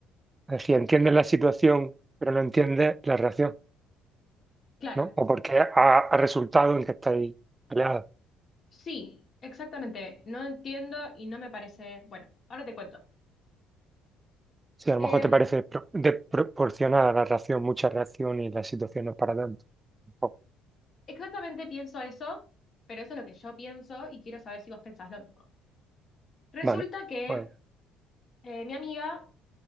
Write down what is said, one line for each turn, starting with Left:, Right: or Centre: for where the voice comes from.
Right: decía, entiendes la situación, pero no entiendes la reacción,
Left: Claro,
Right: ¿no? O porque ha, ha resultado en que estáis peleados.
Left: sí, exactamente. No entiendo y no me parece... Bueno, ahora te cuento.
Right: Si a lo mejor
Left: Em,
Right: te parece pro- desproporcionada la reacción, mucha reacción y la situación no es para tanto. Oh,
Left: Exactamente pienso eso, pero eso es lo que yo pienso y quiero saber si vos pensás lo mismo. Resulta
Right: vale,
Left: que
Right: pues,
Left: eh, mi amiga